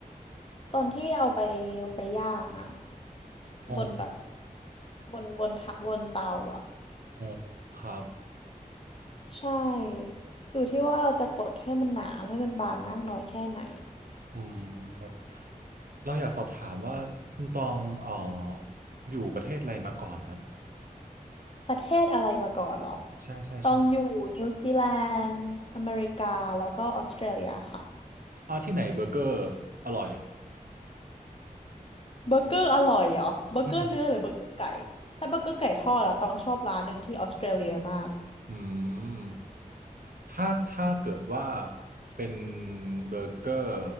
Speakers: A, on the left (about 40°); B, on the right (about 75°).
A: ตอนที่เอาไปไปย่างอะ
B: อ๋อ
A: บนแบบบนบนทะบนเตาอะ
B: อ๋อครับ
A: ใช่อยู่ที่ว่าเราจะกดให้มันหนาให้มันบางมากน้อยแค่ไหน
B: อืมครับเราอยากสอบถามว่าคุณตองเอ่ออยู่ประเทศอะไรมาก่อนฮะ
A: ประเทศอะไรมาก่อนเหรอ
B: ใช่ใช่ใช่
A: ต้องอยู่นิวซีแลนด์อเมริกาแล้วก็ออสเตรเลียค่ะ
B: อ่าที่ไหนเบอร์เกอร์อร่อย
A: เบอร์เกอร์อร่อยเหรอเบอร์เกอร์เนื้อหรือเบอร์เกอร์ไก่
B: อืม
A: ถ้าเบอร์เกอร์ไก่ทอดอะต้องชอบร้านหนึ่งที่ออสเตรเลียมาก
B: อืมถ้าถ้าเกิดว่าเป็นเบอร์เกอร์